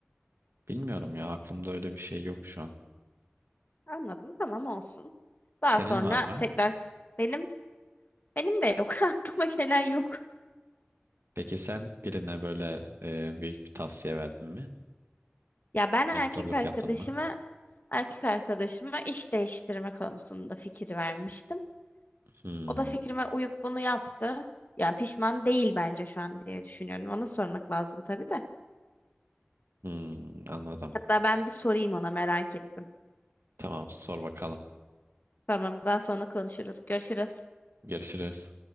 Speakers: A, on the right; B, on the left.
A: Bilmiyorum ya aklımda öyle bir şey yok şu an.
B: Anladım. Tamam olsun. Daha
A: Senin
B: sonra
A: var mı?
B: tekrar benim Benim de yok. <laughs> Aklıma gelen yok.
A: Peki sen birine böyle e, büyük bir tavsiye verdin mi?
B: Ya ben erkek
A: Mentorluk
B: arkadaşıma
A: yaptın mı?
B: erkek arkadaşıma iş değiştirme konusunda fikir vermiştim.
A: Hmm,
B: O da fikrime uyup bunu yaptı. Yani pişman değil bence şu an diye düşünüyorum. Ona sormak lazım tabii de.
A: hmm, anladım.
B: Hatta ben bir sorayım ona merak ettim.
A: Tamam sor bakalım.
B: Tamam, daha sonra konuşuruz. Görüşürüz.
A: Görüşürüz.